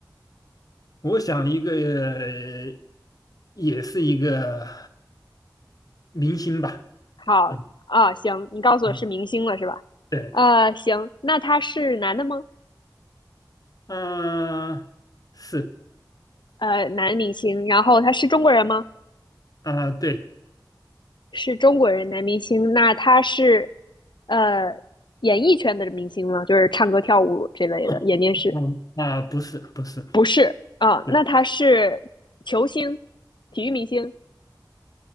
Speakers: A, on the left; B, on the left.
A: 我想一个，呃也是一个明星吧。
B: 好啊，
A: 嗯
B: 行，你告诉我是明星了是吧？
A: 嗯，对，
B: 呃，行，那他是男的吗？
A: 嗯、是
B: 呃，男明星，然后他是中国人吗？
A: 啊、对，
B: 是中国人男明星，那他是呃演艺圈的明星吗？就是唱歌跳舞这类的，
A: <coughs>
B: 演电视？
A: 嗯啊、不是不是，
B: 不是啊，
A: 对
B: 那他是球星，体育明星，